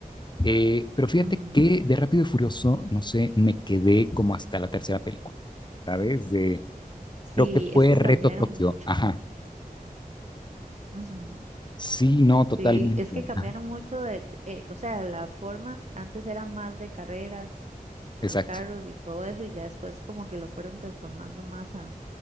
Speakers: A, on the left (about 30°); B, on the right (about 50°).
A: Eh, pero fíjate
B: Ujú.
A: que de Rápido y Furioso, no sé, me quedé como hasta la tercera película, ¿sabes? De,
B: Sí,
A: creo que fue
B: es que
A: Reto
B: cambiaron
A: Tokio,
B: mucho.
A: ajá.
B: Ujú.
A: Sí, no,
B: Sí,
A: totalmente.
B: es que cambiaron
A: Ajá,
B: mucho de, de- eh, o sea, las formas antes eran más de carreras y
A: Exacto,
B: los carros y todo eso y ya después como que lo fueron transformando más a